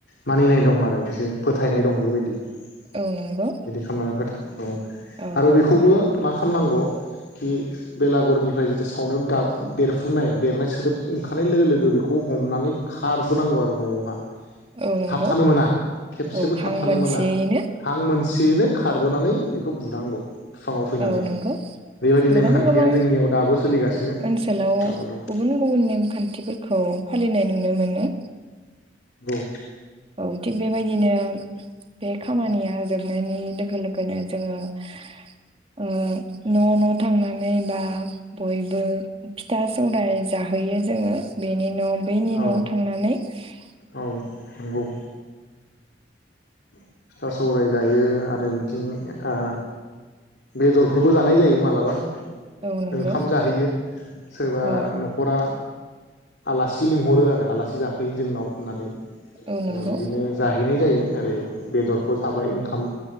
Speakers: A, on the left (about 70°); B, on the right (about 30°).
A: मानिनाय दं आरो एसे फोथायनाय दं बेबायदि ।
B: औ नंगौ
A: बिदि खालामनानै फोथा औ
B: औ
A: आरो बेखौबो मा खा खालामनांगौ खि बेलागुरनिफ्राय जिथु सावनायाव गाब बेरफुनाय बेरनाय सोदोब ओंखारनाय लोगो लोगो बेखौ हमनानै खारबोनांगौ आरो । न'हा ।
B: औ नंगौ
A: थाबथानो मोना खेबसेबो
B: औ
A: थाबथानो
B: हां मोनसेयैनो
A: मोना हां मोनसेयैनो खारबोनानै बेखौ बुनांगौ बिफाङाव फैनानै
B: औ नंगौ
A: बेबायदि
B: गोबां
A: नेमखान्थिया
B: गोबां
A: जोंनियाव दाबो सोलिगासिनो
B: ओनसोलाव
A: दाबो दं
B: गुबुन गुबुन नेमखान्थिफोरखौ फालिनाय नुनो मोनो ।
A: औ
B: औ थिग बेबायदिनो बे खामानिया जोबनायनि लोगो लोगोनो जोङो ओ न' न' थांनानै बा बयबो फिथा सौराय जाहैयो जोङो बेनि न' बैनि
A: औ
B: न'आव थांनानै ।
A: औ नंगौ फिथा सौराय जायो आरो बिथिं ओ बेदरफोरबो जानाय जायो मालाबा ।
B: औ नंगौ
A: ओंखाम जाहैयो सोरबा
B: औ
A: नखरा आलासि लिंहरो आरो आलासि जाफैयो जोंनाव होननानै ।
B: औ नंगौ
A: बिदिनो जाहैनाय जायो ओै बेदरखौ थाबाय ओंखाम